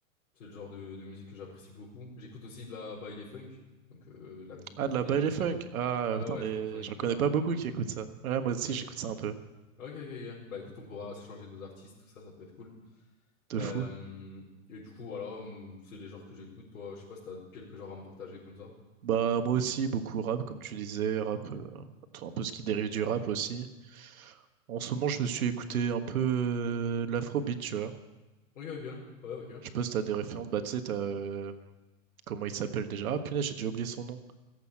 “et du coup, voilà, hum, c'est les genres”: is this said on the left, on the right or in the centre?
Left